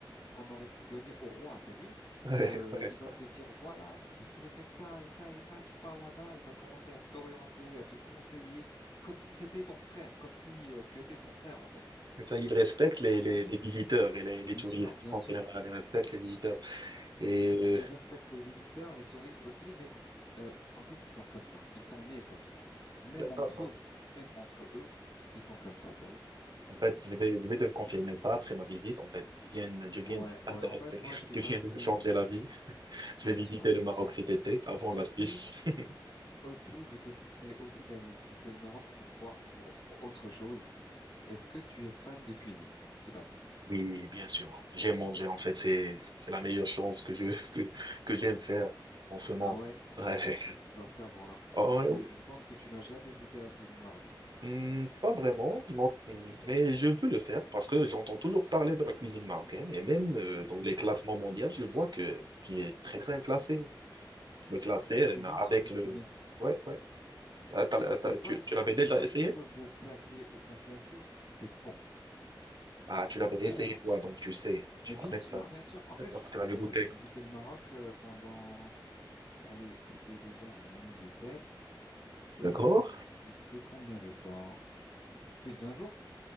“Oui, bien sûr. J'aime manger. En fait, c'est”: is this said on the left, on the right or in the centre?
Right